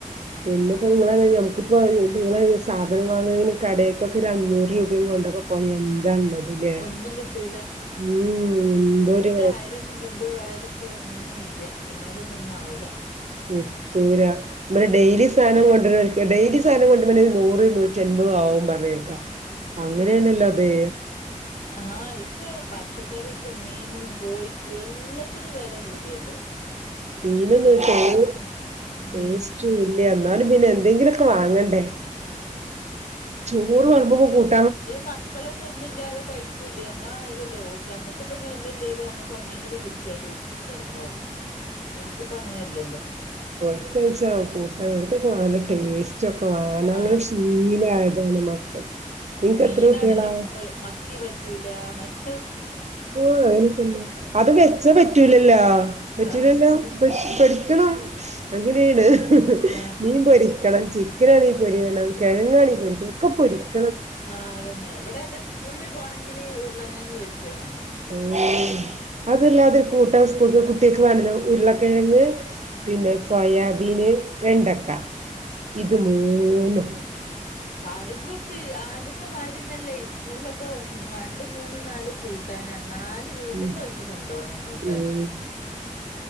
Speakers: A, on the right (about 55°); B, on the left (about 80°).
A: <inaudible> പിന്നെ ഇപ്പോ നിങ്ങള നഞമ്മക്കിപ്പോ നിങ്ങളെ സാധനം വാങ്ങുന്ന കടക്കൊക്കെ ഒരു അഞ്ഞൂറ് രൂപയും കൊണ്ടോ പോയി എന്താ ഉള്ളതിലേ
B: ഒന്നും കിട്ടൂല.
A: ഉം എന്തോ ഒരു
B: ആരൊന്നും കൊണ്ടു പോയാല ഇപ്പ ഒന്നും ഇല്ല അതിനോടൊന്ന ഒന്നും ആാവില്ല
A: എത്തൂരാ നമ്മെ ഡെയിലി സാധനം കൊണ്ട ഡെയിലി സാധനം കൊണ്ട നൂറ് നൂറ്റി അമ്പപത് ആ പറഞ്ഞേക്ക അങ്ങനെയാണല്ലോ അതേ
B: ആഹ് ഇപ്പൊ പ പച്ചക്കറിക്കും മീനും കോഴിക്കും എല്ലാത്തിനും വില കൂടിയല്ലോ
A: മീനന്ന്േസ്റ്റ്
B: ഒരു സാധനല്ല. ഉം
A: വ എന്നും പിന്നെ എന്തെങ്കിലുംൊക്കെ വാങ്ങണ്ടേ ചോറ് വളമ്പുമ്പ ക
B: മക്കളൊന്നുംന്നുമില്ലാതെ കഴിക്കൂല്ലേ നമ്മള ആ നമ്മുക്കിൊ ഇ ഒന്നും ഇല്ലേല് നമ്മക്ക് കഞ്ഞെങ്കിലും കുടിച്ചാട്ട് കിടന്ന്ുറങ്ങു ഒക്ക്ിപ്പ അങ്ങനെയല്ലല്ലോ
A: ക്കഴിച്ച കൂട്ടത്തൊക്കെ വല്ല ടേസ്റ്റ് ച്ചൊക്കെ വണങ്ങനെ
B: ആ
A: ശീലായതാണ് മക്കൾ നിനക്ക്
B: മീനാണെല്ലേ
A: എത്ര കുട്ടികളാ
B: മത്തി പറ്റൂല മറ്റ
A: ആ എനിക്ക അത് വെച്ച പറ്റൂലല്ലോ പറ്റലല്ലോ
B: ആ അത്
A: പൊരിക്കണം അങ്ങനെയാണ്
B: ആ
A: നീൻ പരിക്കണം ചിക്കനാളി പൊരിരിക്കണം കിഴങ്ങാണി പരിക്കണം ഒക്കെ പൊരിക്കും
B: ആ അതന്നെ ഇവിടെ അത സ്കൂളിൽ പോകണെങ്കിൽ ഉരുളങ്ങങ്ങ് പരിച്ചയ വേണം
A: ഉം അതല്ലാതിരു കൂട്ടൻ സ്കൂൾ കുട്ടികക്ക് വേണല്ലോ ഉരുളക്കിഴങ്ങ് പിന്നെ സോയാബീന് വെണ്ടക്ക ഇത് മൂന്നു
B: പറയ്മ്പോപ്പ ആദ്യത്തെ മാരുന്നല്ലേ സ്കൂളിലൊക്കെ ഒ രണ്ട മൂന്നും നാല് കൂട്ടാനാ നാല് വീട്ടിൽന്ന്
A: ഉം
B: ഒൽക്ക് കൊണ്ടുപോണംു കൂട്ടാന്
A: ഉം